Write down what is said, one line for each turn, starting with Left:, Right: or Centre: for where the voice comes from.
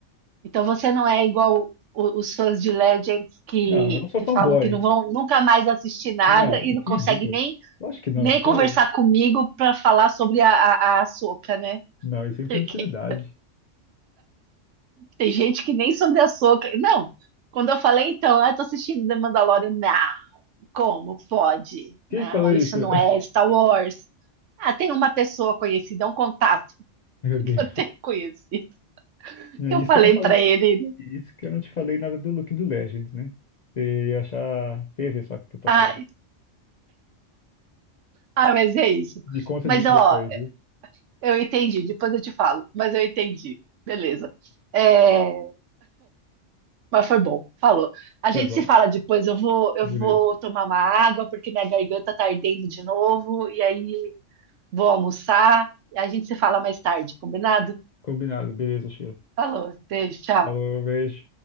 Right: Então você não é igual o- os fãs de Legends que,
Left: Não, eu não sou
Right: que
Left: fanboy.
Right: falam que não vão nunca mais assistir nada
Left: Não,
Right: e não
Left: que
Right: consegue
Left: ridículo.
Right: nem,
Left: Eu acho que não.
Right: nem
Left: Você,
Right: conversar comigo para falar sobre a, a, a Ahsoka, né?
Left: não, isso é infantilidade.
Right: <laughs> Tem gente que nem sobre açúcar. Não, quando eu falei, então, ah, eu tô assistindo The Mandalorian, não, como pode?
Left: Quem
Right: Não,
Left: que falou isso?
Right: isso não
Left: <laughs>
Right: é Star Wars. Ah, tem uma pessoa conhecida, é um contato
Left: Meu
Right: <laughs>
Left: Deus.
Right: que eu tenho conhecido.
Left: É
Right: Eu
Left: isso
Right: falei
Left: que eu não falei.
Right: pra ele,
Left: E Isso que eu não te falei nada do look do Legends, né? Você ia achar. Você ia ver só o que eu tô
Right: ah,
Left: falando.
Right: ah, mas é isso.
Left: Me conta
Right: Mas,
Left: disso
Right: ó,
Left: depois, viu?
Right: eu entendi, depois eu te falo, mas eu entendi. Beleza. É, mas foi bom, falou. A
Left: Foi
Right: gente
Left: bom.
Right: se fala depois, eu vou, eu
Left: Beleza.
Right: vou tomar uma água, porque minha garganta tá ardendo de novo, e aí vou almoçar, a gente se fala mais tarde, combinado?
Left: Combinado. Beleza, Sheila.
Right: Falou, beijo, tchau.
Left: Falou, beijo.